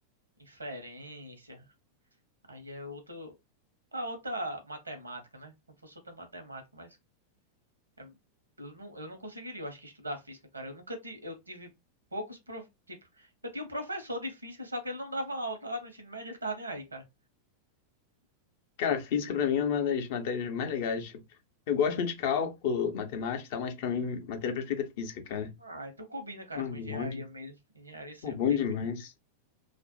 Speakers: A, on the right; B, on the left.
A: inferência. Aí é outro, a outra matemática, né? Como fosse outra matemática, mas é- eu não, eu não conseguiria, eu acho que estudar física, cara. Eu nunca tive, eu tive poucos, prof, tipo, eu tinha um professor de física, só que ele não dava aula lá no ensino médio, ele tava nem aí, cara.
B: Cara, física pra mim é uma das matérias mais legais. Tipo, eu gosto muito de cálculo, matemática e tal, mas pra mim, matéria perfeita é física, cara.
A: Ah, então combina, cara,
B: Mano,
A: com engenharia
B: bom, de...
A: mesmo. Engenharia sempre
B: Pô, bom
A: tem
B: demais.
A: muita.